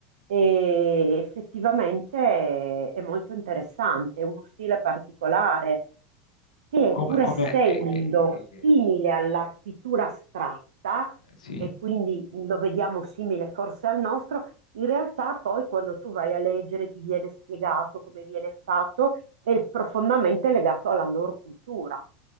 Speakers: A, on the right (about 75°); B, on the left (about 75°).
A: e effettivamente è, è molto interessante, è uno stile particolare che
B: Come,
A: pur essendo
B: come- eh, eh,
A: simile alla pittura astratta,
B: eh, sì?
A: e quindi lo vediamo simile forse al nostro, in realtà poi quando tu vai a leggere ti viene spiegato come viene fatto, è profondamente legato alla loro cultura